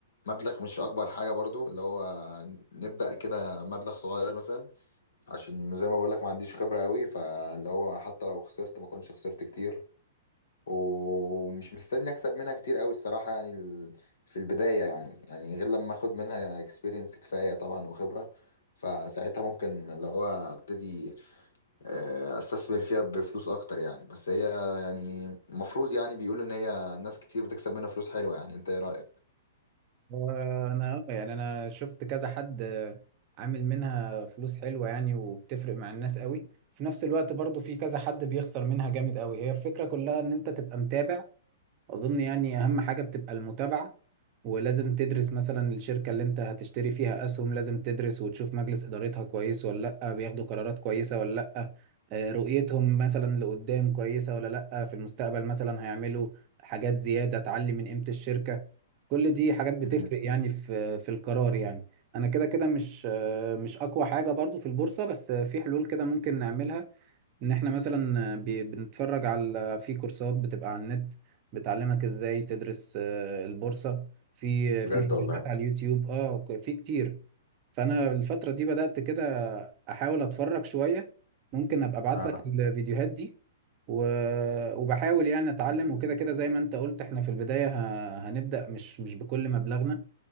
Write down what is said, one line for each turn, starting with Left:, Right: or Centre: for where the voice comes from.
Left: مبلغ مش اكبر حاجة برضو اللي هو نبدأ كده مبلغ صغير مثلا عشان زي ما بقولك ما عنديش خبرة قوي فاللي هو حتى لو خسرت ما كنتش خسرت كتير ومش مستني اكسب منها كتير قوي الصراحه يعني ال- في البدايه يعني يعني غير لما اخد منها اكسبيرينس كفايه طبعا وخبره فساعتها ممكن اللي هو ابتدي آه، استثمر فيها بفلوس اكتر يعني بس هي يعني المفروض يعني بيقولوا ان هي ناس كتير بتكسب منها فلوس حلوه يعني انت ايه رايك
Right: انا يعني انا شفت كذا حد آه، عامل منها فلوس حلوه يعني وبتفرق مع الناس قوي في نفس الوقت برضو في كذا حد بيخسر منها جامد قوي هي الفكره كلها ان انت تبقى متابع اظن يعني اهم حاجة بتبقى المتابعة ولازم تدرس مثلا الشركة اللي انت هتشتري فيها اسهم لازم تدرس وتشوف مجلس ادارتها كويس ولا لا بياخدوا قرارات كويسة ولا لا آه، رؤيتهم مثلا لقدام كويسة ولا لا في المستقبل مثلا هيعملوا حاجات زيادة تعلي من قيمة الشركة كل دي حاجات بتفرق
Left: مم.
Right: يعني في في القرار يعني انا كده كده مش آه، مش اقوى حاجة برضو في البورصة بس آه، في حلول كده ممكن نعملها ان احنا مثلا بي- بنتفرج على في كورسات بتبقى على النت بتعلمك ازاي تدرس آه، البورصة في
Left: بجد
Right: في فيديوهات
Left: والله
Right: على اليوتيوب اه ك- في كتير فانا الفترة دي بدأت كده احاول اتفرج شوية ممكن ابقى ابعت
Left: اه
Right: لك الفيديوهات دي و- وبحاول يعني اتعلم وكده كده زي ما انت قلت احنا في البداية ه- هنبدأ مش مش بكل مبلغنا